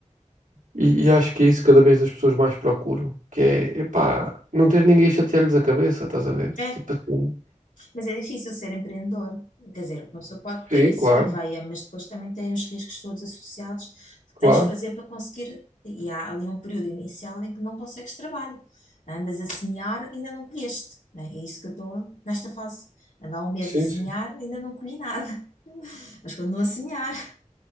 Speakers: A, on the right (about 80°); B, on the left (about 75°).
A: e, e acho que é isso que cada vez as pessoas mais procuram, que é, epá, não ter ninguém a chatear-lhes a cabeça, estás a ver?
B: É,
A: Tipo assim.
B: Mas é difícil ser empreendedor. Quer dizer, uma pessoa pode
A: Sim,
B: ter isso
A: claro,
B: na veia, mas depois também tem os riscos todos associados que
A: claro.
B: tens de fazer para conseguir. E há ali um período inicial em que não consegues trabalho. Andas a semear, ainda não colheste. né? É isso que eu estou nesta fase. Ando há um mês
A: Sim,
B: a semear,
A: sim.
B: ainda não colhi nada, <laughs> mas continuo a semear.